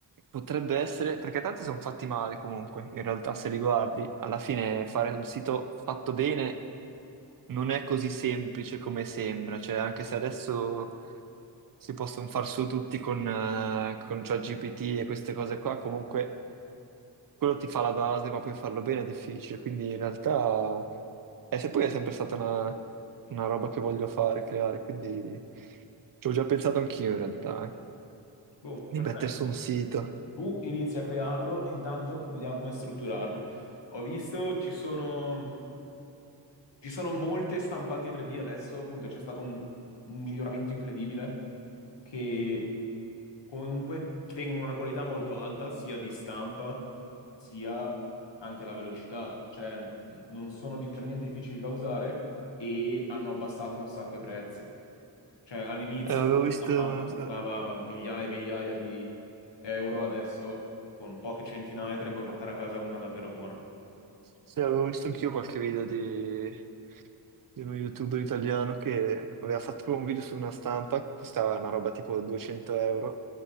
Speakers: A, on the right (about 50°); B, on the left (about 75°).
A: potrebbe essere, perché tanti sono fatti male comunque, in realtà se li guardi, alla fine fare un sito fatto bene non è così semplice come sembra, cioè anche se adesso si possono far su tutti con, eh, con ChatGPT e queste cose qua, comunque quello ti fa la base, ma poi farlo bene è difficile, quindi in realtà e se poi è sempre stata una, una roba che voglio fare, creare, quindi ci ho già pensato anch'io in realtà, eh,
B: Boh,
A: di
B: perfetto.
A: mettere su un sito.
B: Tu inizi a crearlo e intanto vediamo come strutturarlo. Ho visto, ci sono. Ci sono molte stampanti 3D adesso, appunto c'è stato un, un miglioramento incredibile che comunque tengono una qualità molto alta sia di stampa sia anche la velocità, cioè n- non sono di- per niente difficili da usare e hanno abbassato un sacco i prezzi. Cioè all'inizio
A: Eh, avevo
B: una
A: visto,
B: stampante
A: eh,
B: costava migliaia e migliaia di euro, adesso con poche centinaia te ne puoi portare a casa una davvero buona.
A: sì, avevo visto anch'io qualche video di, di uno youtuber italiano che aveva fatto un video su una stampa che costava una roba tipo 200 euro